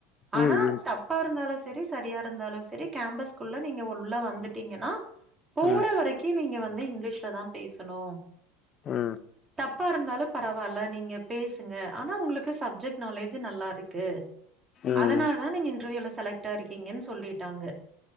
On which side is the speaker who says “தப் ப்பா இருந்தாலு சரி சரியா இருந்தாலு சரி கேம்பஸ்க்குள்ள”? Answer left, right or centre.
Right